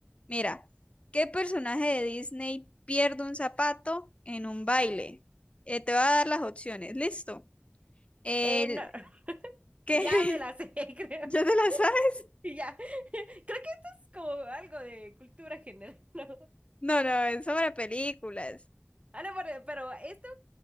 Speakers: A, on the left (about 30°); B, on the right (about 30°).
A: Mira, ¿qué personaje de Disney pierde un zapato en un baile? Eh, te voy a dar las opciones, listo. El
B: Eh, no, <laughs>
A: que
B: ya me la sé,
A: <laughs>
B: <laughs> creo.
A: ya te las <laughs>
B: Y Ya. <laughs> Creo que esto es como algo de cultura general, <laughs> ¿no?
A: No, no, es sobre películas.
B: Ah, no, pero, pero esto